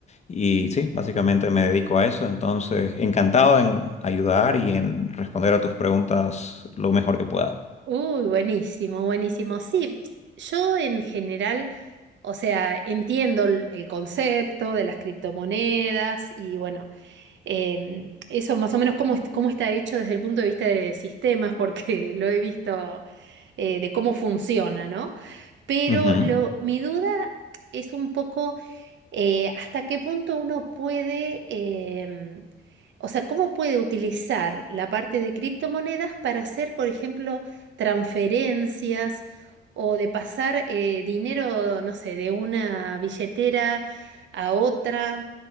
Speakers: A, on the left; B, on the right.
A: Y sí, básicamente me dedico a eso, entonces encantado en ayudar y en responder a tus preguntas lo mejor que pueda.
B: uy, buenísimo, buenísimo. Sí, yo en general... O sea, entiendo el el concepto de las criptomonedas y bueno, Em, eso más o menos cómo, est- cómo está hecho desde el punto de vista de sistemas, porque <laughs> lo he visto eh, de cómo funciona, ¿no? Pero
A: Ujú,
B: lo, mi duda es un poco eh, ¿hasta qué punto uno puede, em, o sea, cómo puede utilizar la parte de criptomonedas para hacer, por ejemplo, transferencias o de pasar eh, dinero, no sé, de una billetera a otra?